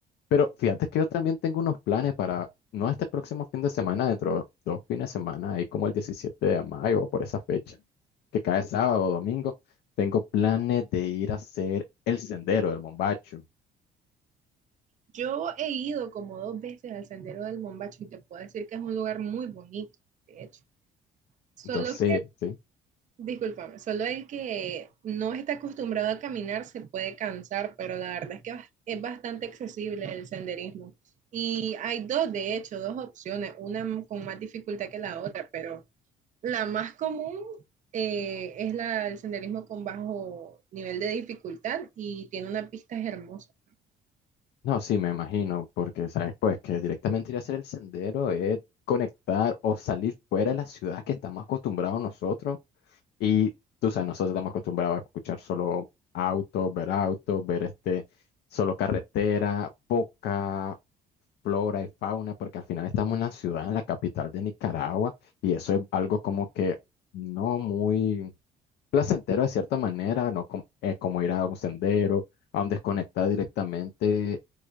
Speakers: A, on the left; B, on the right.
A: pero fíjate que yo también tengo unos planes para, no este próximo fin de semana, dentro de dos fines de semana, ahí como el 17 de mayo o por esa fecha, que cae sábado o domingo, tengo planes de ir a hacer el sendero del Mombacho.
B: Yo he ido como dos veces al Sendero del Bombacho y te puedo decir que es un lugar muy bonito, de hecho. Solo
A: Entonces, sí,
B: Discúlpame, solo el que no está acostumbrado a caminar se puede cansar, pero la verdad es que bas- es bastante accesible el senderismo. Y hay dos, de hecho, dos opciones, una m- con más dificultad que la otra, pero la más común eh, es la, el senderismo con bajo nivel de dificultad y tiene unas pistas hermosas.
A: no, sí, me imagino, porque sabes, pues que directamente ir a hacer el sendero es conectar o salir fuera de la ciudad que estamos acostumbrados nosotros Y tú sabes, nosotros estamos acostumbrados a escuchar solo autos, ver autos, ver este, solo carretera, poca flora y fauna, porque al final estamos en la ciudad, en la capital de Nicaragua, y eso es algo como que no muy placentero de cierta manera, ¿no? Com- eh, como ir a un sendero, a un desconectar directamente